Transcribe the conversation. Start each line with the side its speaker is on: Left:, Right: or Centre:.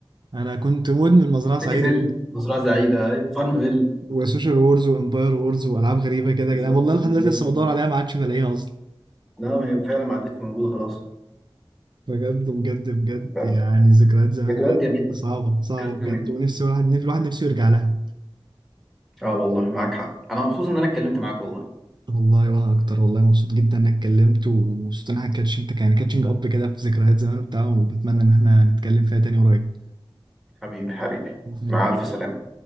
Right: انا كنت مدمن مزرعه سعيده
Centre: سيتي فيل مزرعه سعيده ايوه فارم فيل
Right: وسوشيال وورز وامباير وورز والعاب غريبه كده
Centre: بالظبط
Right: يا جدعان والله لحد
Centre: بالظبط
Right: دلوقتي لسه
Centre: يعني
Right: بدور عليها ما عادش بلاقيها اصلا
Centre: لا ما هي فعلا ما عادتش موجوده خلاص
Right: بجد بجد بجد
Centre: ف-
Right: يعني ذكريات زمان
Centre: ذكريات
Right: بجد
Centre: جميله
Right: صعبه صعبه
Centre: ذكريات
Right: بجد
Centre: جميله
Right: ونفسي واحد نفسي الواحد نفسه يرجع لها
Centre: اه والله معاك حق انا مبسوط ان انا اتكلمت معاك والله
Right: والله وانا اكتر والله مبسوط جدا انك اتكلمت ومبسوط ان احنا كاتش انت يعني كاتشنج اب كده في ذكريات زمان وبتاع وبتمنى ان احنا نتكلم فيها تاني قريب
Centre: حبيبي حبيبي
Right: باذن الله
Centre: مع الف سلامه